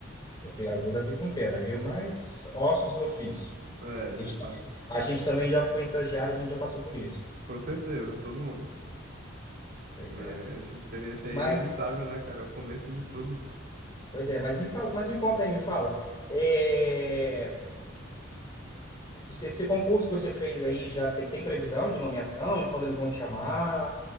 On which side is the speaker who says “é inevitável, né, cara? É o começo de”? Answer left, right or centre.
Right